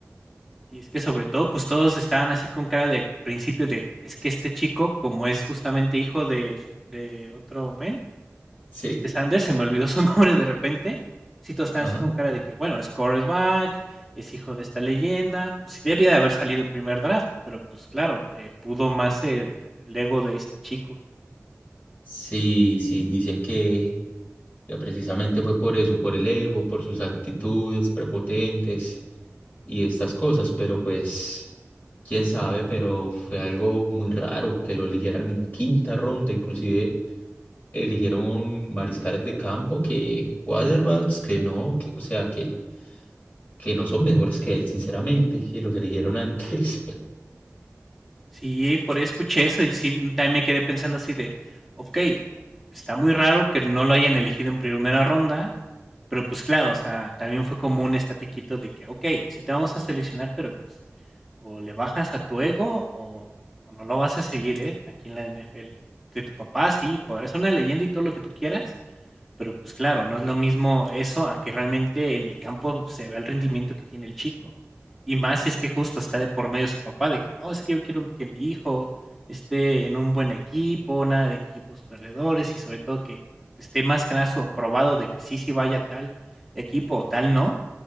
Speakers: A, in the centre; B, on the left (about 35°).
A: Y es que sobre todo, pues todos estaban así con cara de principio de, es que este chico, como es justamente hijo de, de otro men,
B: sí,
A: de este Sanders, se me olvidó su <laughs> nombre de repente, sí todos están
B: ajá,
A: así con cara de que, bueno, es quarterback, es hijo de esta leyenda, pues sí debía de haber salido en primer draft, pero pues claro, le pudo más el, el ego de este chico.
B: sí, sí, dicen que que precisamente fue por eso, por el ego, por sus actitudes prepotentes. y estas cosas, pero pues, quién sabe, pero fue algo muy raro que lo eligieran en quinta ronda, inclusive eligieron mariscales de campo que Waterballs, que no, que, o sea, que, que no son mejores que él, sinceramente, y los eligieron antes.
A: Sí, por ahí escuché eso y sí, también me quedé pensando así de, ok, está muy raro que no lo hayan elegido en primera ronda, pero pues claro, o sea, también fue como un estatequito de que, ok, sí te vamos a seleccionar, pero pues o le bajas a tu ego o, o no lo vas a seguir, ¿eh? Aquí en la NFL. De tu papá, sí, podrá ser una leyenda y todo lo que tú quieras, pero, pues claro, no es lo mismo eso a que realmente en el campo se vea el rendimiento que tiene el chico. Y más si es que justo está de por medio su papá, de que no, es que yo quiero que mi hijo esté en un buen equipo, nada de que equipos perdedores y sobre todo que esté más que nada su aprobado de que sí, sí vaya a tal equipo o tal no.